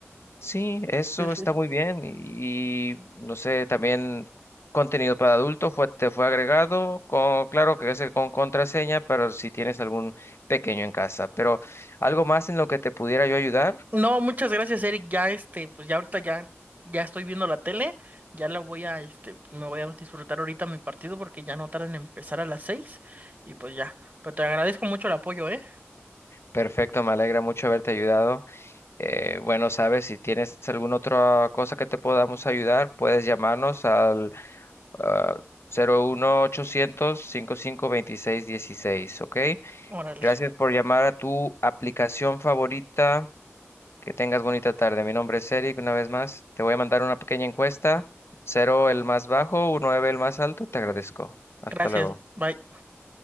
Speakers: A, on the left; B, on the right.
A: Sí, eso
B: Sí, sí.
A: está muy bien y, y, no sé, también contenido para adultos fue, te fue agregado, con, claro que es con contraseña, pero si tienes algún pequeño en casa, pero algo más en lo que te pudiera yo ayudar,
B: No, muchas gracias, Eric. Ya este, pues ya ahorita ya, ya estoy viendo la tele. Ya la voy a, este, pues, me voy a disfrutar ahorita mi partido porque ya no tarda en empezar a las seis. Y pues ya. Pero te agradezco mucho el apoyo, ¿eh?
A: perfecto, me alegra mucho haberte ayudado. Eh, bueno, sabes, si tienes alguna otra cosa que te podamos ayudar, puedes llamarnos al ah, 01800-552616, ¿ok?
B: Órale.
A: Gracias por llamar a tu aplicación favorita. Que tengas bonita tarde. Mi nombre es Eric, una vez más. Te voy a mandar una pequeña encuesta. Cero el más bajo, nueve el más alto. Te agradezco. Hasta
B: Gracias.
A: luego.
B: Bye.